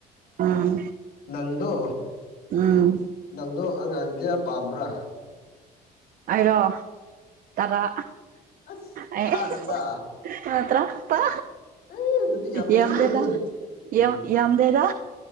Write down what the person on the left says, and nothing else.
ꯅꯪꯗꯣ
ꯅꯪꯗꯣ ꯑꯉꯥꯡ ꯀꯌꯥ ꯄꯥꯝꯕ꯭ꯔꯥ
ꯑꯁ
ꯇꯔꯥ ꯈꯛꯇ
ꯑꯦ ꯑꯗꯨꯗꯤ ꯌꯥꯝꯃꯟꯗꯦꯍꯦ
ꯎꯝ